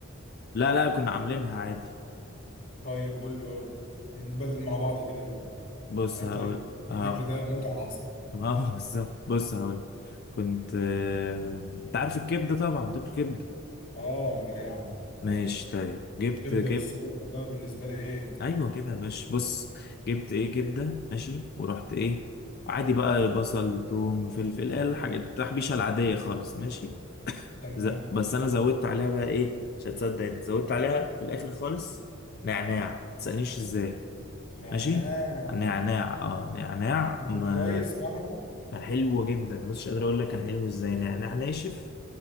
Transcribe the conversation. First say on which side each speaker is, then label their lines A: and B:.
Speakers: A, on the left; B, on the left.
A: لا لا كنا عاملينها عادي
B: طيب قول لي برضه نبدل مع بعض كده
A: بص
B: الاكل
A: هقول
B: الاكل
A: اه
B: ده متعه اصلا
A: ما هو <laughs> بالظبط بص هقول لك. كنت آه، انت عارف الكبدة طبعا تاكل كبدة
B: اه امال ايه يا عم
A: ماشي طيب جبت
B: كبده
A: كبدة
B: والسجق ده بالنسبه لي ايه
A: ايوه كده يا باشا بص جبت ايه جبده ماشي ورحت ايه عادي بقى بصل توم فلفل إيه الحاجات التحبيشه العاديه خالص ماشي
B: تمام
A: ز... بس انا زودت عليها بقى ايه مش هتصدق انت زودت عليها في الاخر خالص نعناع متسألنيش ازاي
B: نعناع
A: ماشي نعناع اه نعناع
B: يكون
A: ما
B: كويس معاها
A: كان حلو جدا بص مش قادر اقول لك كان حلو ازاي نعناع ناشف